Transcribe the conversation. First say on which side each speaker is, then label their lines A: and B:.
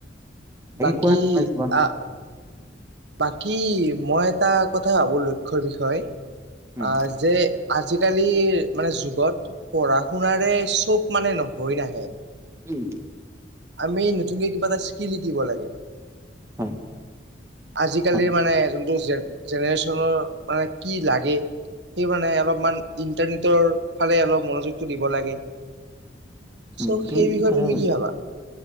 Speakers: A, on the right; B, on the right.
A: বাকী
B: কোৱা তোমাৰ জীৱন
A: আহ বাকী মই এটাক কথা ভাবো লক্ষ্যয় বিষয়।
B: উম
A: আহ যে আজিকালি মানে যুগত পঢ়া শুনাৰে চব মানে হয় নাহে।
B: উম
A: আমি নতুনকে কিবা এটা চিকি লিখিব লাগে
B: হয়
A: আজিকালিৰ
B: হয়
A: মানে যোনটো জেনেৰেশ্বনৰ মানে কি লাগে সেই মানে অলপমান ইন্টাৰনেটৰ ফালে অলপ মনোযোগটো দিব লাগে
B: উম
A: চ'
B: তুমি
A: সেই
B: ঠিক
A: বিষয়ে
B: কথা
A: তুমি
B: কৈছা
A: কি ভাবা?